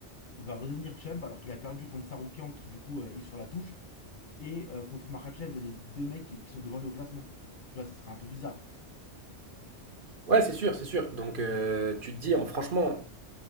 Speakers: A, on the left (about 50°); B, on the right (about 50°).
A: il va redevenir champ alors qu'il a perdu contre Saroukian qui du coup euh, est sur la touche et euh, contre Makhachev les deux mecs qui, qui sont devant lui au classement. Tu vois, ça serait un peu bizarre.
B: Ouais, c'est sûr, c'est sûr. Donc euh, tu te dis, hein, franchement,